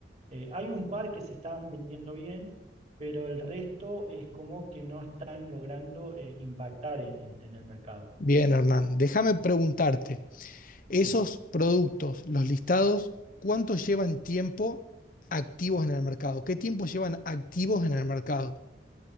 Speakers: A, on the right; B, on the left.
A: Eh, hay un par que se están vendiendo bien, pero el resto es como que no están logrando eh, impactar en el, en el mercado.
B: Bien, Hernán, déjame preguntarte, esos
A: Sí.
B: productos, los listados, ¿cuánto llevan tiempo activos en el mercado? ¿Qué tiempo llevan activos en el mercado?